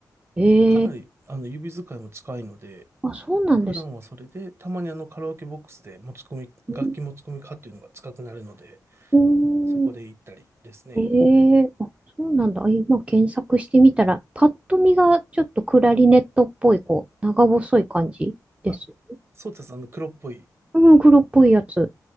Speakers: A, on the right; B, on the right.
A: い。
B: かなりあの指使いも近いので、
A: えー、あ、そうなんです。
B: 普段はそれで、たまにあのカラオケボックスで持ち込み、
A: うん。
B: 楽器持ち込みかっていうのが近くなるので、
A: うーん
B: そこで行ったりですね。
A: ええあ、そうなんだ。あ今検索してみたら、パッと見がちょっとクラリネットっぽい、こう、長細い感じです。
B: あそうです。あの、黒っぽい。
A: うん、黒っぽいやつ。